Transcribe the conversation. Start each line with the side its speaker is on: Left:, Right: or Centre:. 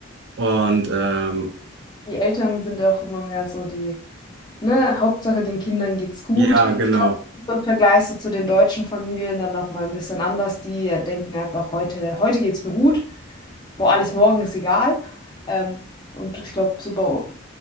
Right: Und ähm,
Left: Die Eltern sind auch immer mehr so die Ne, Hauptsache den Kindern geht's gut.
Right: ja, genau.
Left: Ich glaube, so im Vergleich so zu den deutschen Familien dann noch mal ein bisschen anders. Die äh, denken einfach, heute, heute geht's mir gut, wo alles morgen ist egal. Ähm, und ich glaube, so bei